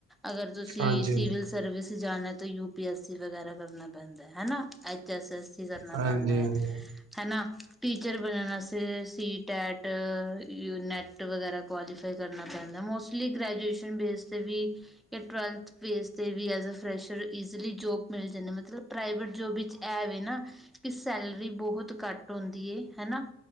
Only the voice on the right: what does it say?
ਹਾਂਜੀ
ਹਾਂਜੀ
ਹਾਂਜੀ